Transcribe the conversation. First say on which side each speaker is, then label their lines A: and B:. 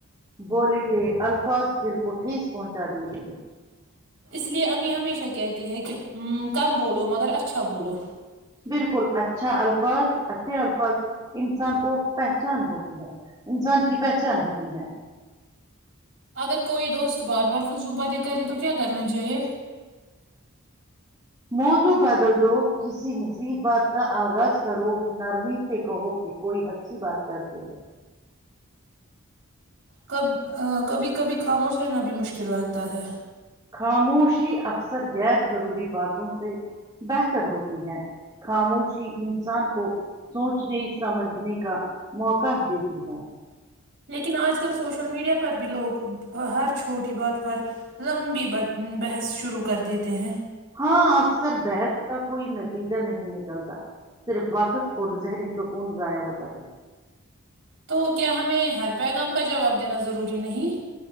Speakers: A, on the right (about 20°); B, on the right (about 55°).
A: بولے گئے الفاظ دل کو ٹھیس پہنچا دیتے ہیں
B: اس لیے امی ہمیشہ کہتی ہے کہ ہاں کم بولو مگر اچھا بولو
A: بالکل اچھا الفاظ اچھے الفاظ انسان کو پہچان ہوتی ہے انسان کی پہچان ہوتی ہے
B: اگر کوئی دوست بار بار فضول باتیں کرے تو کیا کرنا چاہیے
A: موضو بدل دو کسی مفید بات کا آغاز کرو نرمی سے کہو کہ کوئی اچھی بات کرتے ہیں
B: کب کبھی کبھی خاموش رہنا بھی مشکل لگتا ہے
A: خاموشی اکثر اکثر غیر ضروری باتوں سے بہتر ہوتی ہے خاموش انسان کو سوچنے سمجھنے کا موقع دیتی ہے
B: لیکن آج کل سوشل میڈیا پر بھی لوگ ہر چھوٹی بات پر لمبی بحث شروع کر دیتے ہیں
A: ہاں اکثر بحث کا کوئی نتیجہ نہیں نکلتا صرف وقت اور ذہنی سکون ضائع ہوتا ہے
B: تو کیا ہمیں ہر پیغام کا جواب دینا ضروری نہیں